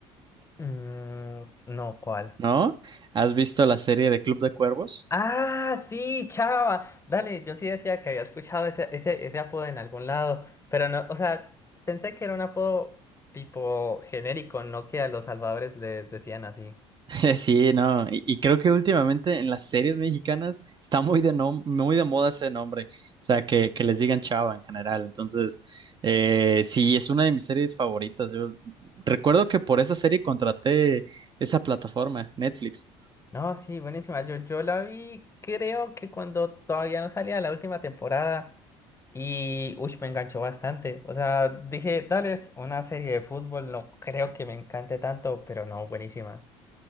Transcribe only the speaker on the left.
Mm, no, ¿cuál?
Ah, sí, Chava. Dale, yo sí decía que había escuchado ese, ese, ese apodo en algún lado, pero no, o sea, pensé que era un apodo tipo genérico, no que a los salvadores les decían así.
No, sí, buenísima. Yo, yo la vi, creo que cuando todavía no salía la última temporada y, uy, me enganchó bastante. O sea, dije, dale, es una serie de fútbol, no creo que me encante tanto, pero no, buenísima.